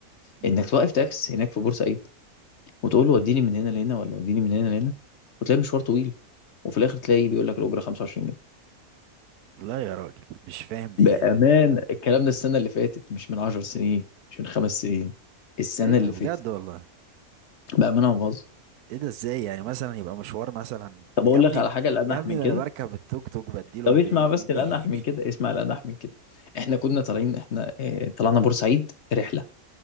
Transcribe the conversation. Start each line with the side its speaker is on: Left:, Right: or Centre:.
Right: مم.
Left: انك توقف تاكس هناك في بورسعيد وتقول له وديني من هنا لهنا ولا وديني من هنا لهنا وتلاقي مشوار طويل وفي الاخر تلاقي بيقول لك الأجرة 25 جنيه
Right: لا يا راجل مش فاهم دي
Left: بأمان
Right: ايه
Left: الكلام ده السنة اللي فاتت مش من 10 سنين مش من خمس سنين السنة
Right: إيه ده
Left: اللي
Right: بجد
Left: فاتت
Right: والله
Left: بأمانة ما بهزر
Right: ايه ده ازاي يعني مثلا يبقى مشوار مثلا
Left: طب
Right: يا
Left: اقول
Right: ابني
Left: لك على حاجة الأنح
Right: يا ابني
Left: من
Right: ده
Left: كده
Right: انا بركب التوك توك بديله
Left: طب
Right: 40
Left: اسمع بس
Right: جنيه
Left: الانح
Right: <laughs>
Left: من كده اسمع الانح من كده احنا كنا طالعين احنا اه طلعنا بورسعيد رحله